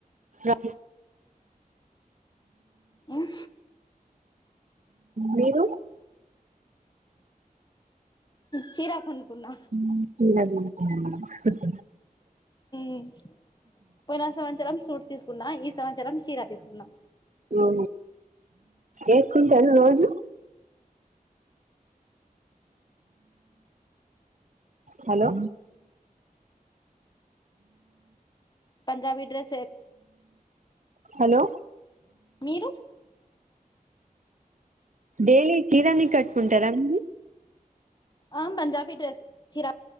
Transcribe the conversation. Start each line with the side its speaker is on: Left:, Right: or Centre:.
Right: అ
Left: మ్
Right: మీరు
Left: చిర కొనుకున్న
Right: <inaudible>
Left: మ్ పోయినా సంత్సరం సూట్ తీసుకు కున్నా ఈ సంవత్సరం చీరా తీసుకున్నా
Right: ఓ ఏసుకుంటారు రోజూ హలో
Left: పంజాబీ డ్రెస్ ఎ
Right: హలో
Left: మీరు
Right: డైలీ తీరాన్ని కట్టుకుంటారా అండి
Left: ఆ పంజాబీ డ్రెస్ చిరా